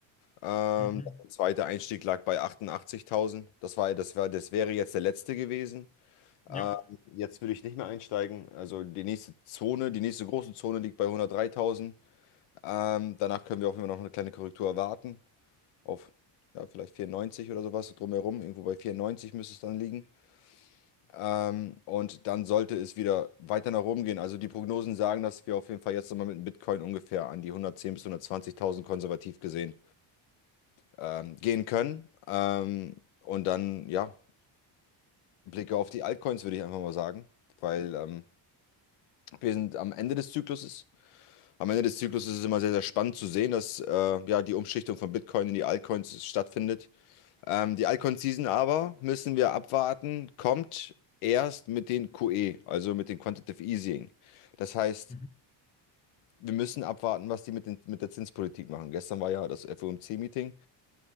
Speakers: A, on the left (about 85°); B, on the left (about 15°).
A: Ähm,
B: Mhm.
A: der zweite Einstieg lag bei 88.000. Das war, das war, das wäre jetzt der letzte gewesen.
B: Ja.
A: Ähm, jetzt würde ich nicht mehr einsteigen. Also die nächste Zone, die nächste große Zone liegt bei 103.000. Ähm, danach können wir auch immer noch eine kleine Korrektur erwarten. Auf ja, vielleicht 94 oder sowas, so drumherum. Irgendwo bei 94 müsste es dann liegen. Ähm, und dann sollte es wieder weiter nach oben gehen. Also die Prognosen sagen, dass wir auf jeden Fall jetzt nochmal mit dem Bitcoin ungefähr an die 110.000 bis 120.000 konservativ gesehen ähm, gehen können. Ähm, und dann, ja, Blicke auf die Altcoins, würde ich einfach mal sagen. Weil ähm, wir sind am Ende des Zykluses. Am Ende des Zyklus ist es immer sehr, sehr spannend zu sehen, dass äh, ja, die Umschichtung von Bitcoin in die Altcoins stattfindet. Ähm, die Altcoin-Season aber, müssen wir abwarten, kommt erst mit den QE, also mit dem Quantitative Easing. Das heißt,
B: Mhm.
A: wir müssen abwarten, was die mit, den, mit der Zinspolitik machen. Gestern war ja das FOMC-Meeting